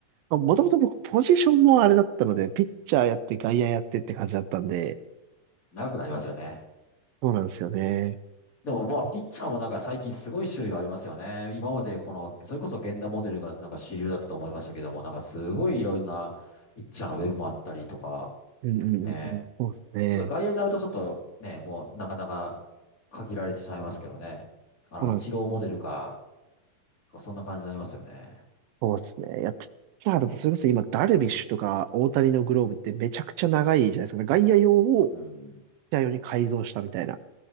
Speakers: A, on the right; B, on the left.
A: まあ、もともと僕、ポジションもあれだったので、ピッチャーやって、外野やってって感じだったんで、
B: 長くなりますよね。
A: そうなんですよね。
B: でももう、
A: お
B: ピッチャーもなんか最近すごい種類ありますよね。今までこの、それこそ源田モデルがなんか主流だったと思いましたけども、なんかすごいいろんなピッチャーのウェブもあったりとか、
A: うんうんうんうん、
B: ね。
A: そうですね。
B: ちょっと外野になるとちょっとね、もうなかなか限られてしまいますけどね。あの、
A: そうなんです
B: イチローモデルか、そんな感じになりますよね。
A: そうですね。いや、ピッチャーだと、それこそ今、ダルビッシュとか大谷のグローブってめちゃくちゃ長いじゃないですか。外野用をピッ
B: うん。
A: チャー用に改造したみたいな